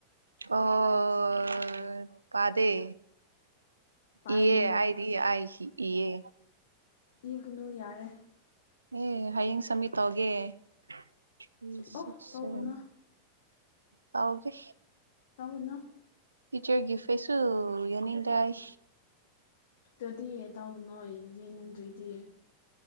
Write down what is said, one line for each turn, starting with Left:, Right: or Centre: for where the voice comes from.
Right: ꯑꯣ ꯄꯥꯗꯦ
Left: ꯄꯥꯏꯌꯦ
Right: ꯏꯌꯦ
Left: ꯅꯪ
Right: ꯑꯥꯏꯗꯤ ꯑꯥꯏꯁꯤ ꯏꯌꯦ
Left: ꯏꯒꯨꯅꯨ ꯌꯥꯔꯦ
Right: ꯑꯦ ꯍꯌꯦꯡ ꯁꯃꯤꯠ ꯇꯧꯒꯦ <unintelligible>
Left: ꯑꯣ ꯇꯧꯒꯅꯨ
Right: ꯇꯥꯎꯒꯦ
Left: ꯇꯧꯅꯣ
Right: ꯇꯤꯆꯔꯒꯤ ꯐꯦꯁꯨꯜ ꯌꯥꯅꯤꯡꯗꯥꯏ
Left: ꯑꯗꯨꯗꯤ ꯇꯥꯎ ꯅꯣꯏ ꯌꯦꯡꯅꯤꯡꯗ꯭ꯔꯤꯗꯤ